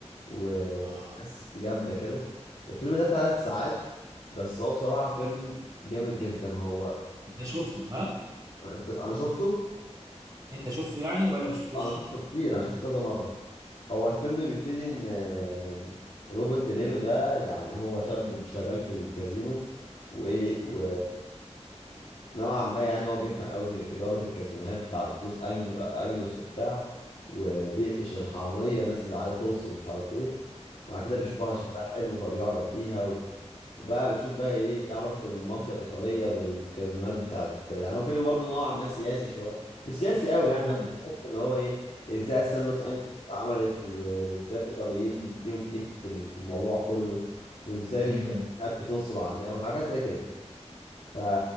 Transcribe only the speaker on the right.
اه
انت شفته ها
انت شفته يعني ولا ما شفتوش
امم
امم